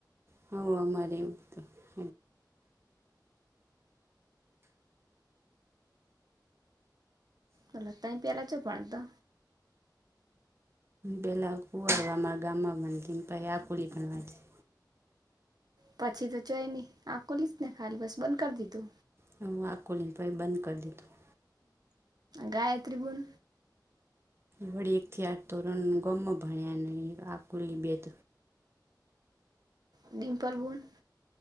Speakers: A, on the right; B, on the right.
A: હ, અમારે એવું બીધુ
B: હલા ત પેલા છો, પણ તો
A: પેલા કુવા અમારા ગામમાં બ પાઈ આ કુલી પણ વા
B: પછી તો ચય નહી, આ ખુલી જ ને ખાલી બસ બંધ કરી દીધુ
A: હુ, વા કોલી પાઈ બંધ કરી દીધુ
B: ગાયત્રીબન
A: વળી એકથી આઠ, તોરણ ગમ્મ ભણ્યા ન આ કુલીબેદ
B: ડીમ પારવન